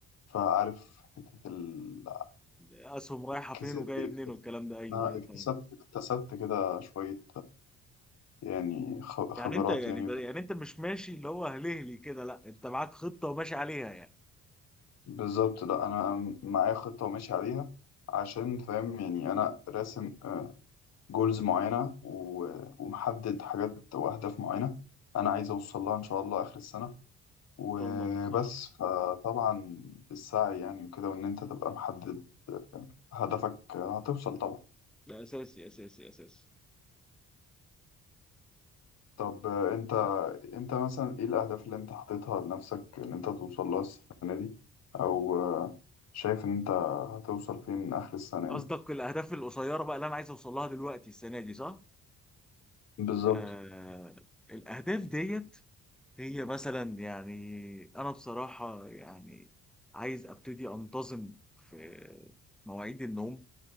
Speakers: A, on the left; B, in the centre.
A: فعارف حتة ال
B: اسهم رايحه
A: كسبت
B: فين وجايه منين والكلام ده ايوه
A: أنا
B: ايوه
A: اكتسبت
B: فاهم
A: اكتسبت كده شوية يعني خ- خبرات
B: يعني انت يعني
A: يعني وكده.
B: يعني انت مش ماشي اللي هو هلهلي كده لا انت معاك خطه وماشي عليها يعني
A: بالظبط لا أنا معايا خطة وماشي عليها عشان فاهم يعني أنا راسم جولز معينة و- ومحدد حاجات وأهداف معينة أنا عايز أوصل لها إن شاء الله آخر السنة وبس
B: ان شاء الله توصل لها
A: فطبعا بالسعي يعني وكده وإن أنت تبقى محدد هدفك هتوصل طبعا
B: ده اساسي اساسي اساسي
A: طب آه، انت انت مثلا ايه الاهداف اللي انت حاططها لنفسك ان انت توصل لها السنه دي او آه، شايف ان انت هتوصل فين اخر السنه
B: قصدك
A: يعني
B: الاهداف القصيره بقى اللي انا عايز اوصل لها دلوقتي السنه دي صح؟
A: بالظبط
B: آه الاهداف ديت هي مثلا يعني انا بصراحه يعني عايز ابتدي انتظم في مواعيد النوم